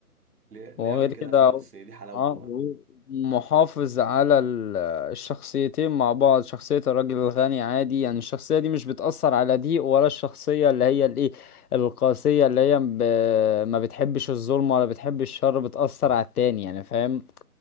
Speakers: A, on the right; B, on the left.
A: ليه ليه
B: وغير
A: اعمل كده
B: كده
A: في نفسي
B: هو-
A: دي حلاوته
B: اه
A: بقى
B: هو محافظ على ال- الشخصيتين مع بعض شخصية الراجل الغني عادي يعني الشخصية دي مش بتأثر على دي ولا الشخصية اللي هي الايه القاسية اللي هي ب... ما بتحبش الظلم ولا بتحب الشر بتأثر على التاني يعني فاهم